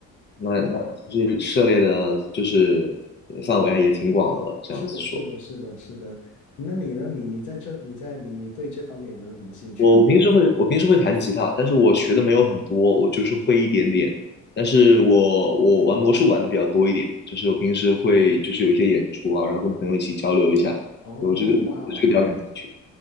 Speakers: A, on the left; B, on the left.
A: 那那其实涉猎的就是呃范围还也挺广的了。这样子说，
B: 是的，是的，是的，是的。那你呢？你你在这，你在你你对这方面有没有什么兴趣啊？
A: 我我平时会我平时会弹吉他，但是我学的没有很多，我就是会一点点。但是我我玩魔术玩的比较多一点，就是我平时会就是有一些演出啊，然后跟朋友一起交流一下，
B: 哦，
A: 我这个这个比较感兴趣。
B: 哇哦，